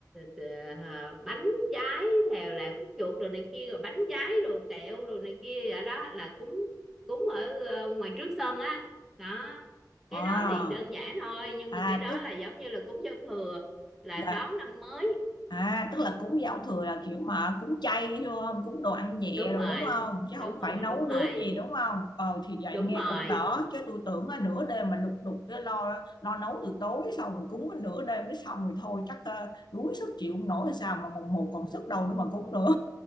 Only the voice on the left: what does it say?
à,
à
tức
là
À, tức là cúng giao thừa là kiểu mà cúng chay thôi không? Cúng đồ ăn nhẹ
rồi
đúng không? Chứ
không
phải nấu
nướng gì đúng không? Ờ thì vậy
nghe
cũng đỡ chứ tôi tưởng á, nửa đêm mà lục đục cái lo lo nấu từ tối xong rồi cúng cái nửa đêm mới xong rồi thôi chắc ờ, đuối sức chịu không nổi hay sao mà mùng một
còn sức đâu nữa mà cúng nữa.